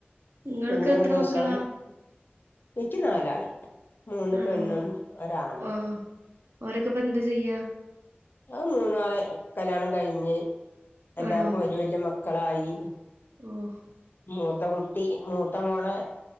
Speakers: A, on the right; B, on the left.
A: നിങ്ങൾക്ക്
B: പിന്നൊരു
A: എത്ര
B: ദിവസം
A: മക്കളാ
B: ഇക്ക് നാലാള് മൂന്ന്
A: ആണോ
B: പെണ്ണും ഒരാണ്
A: ആഹ് ഓരൊക്കെ ഇപ്പ എന്ത് ചെയ്യാ
B: ആ മൂന്നാള് കല്യാണം കഴിഞ്ഞ് എല്ലാർക്കും
A: ആണോ
B: വല്ല്യയ വല്യ മക്കളായി
A: ഓഹ്
B: മൂത്ത കുട്ടി മൂത്ത മോള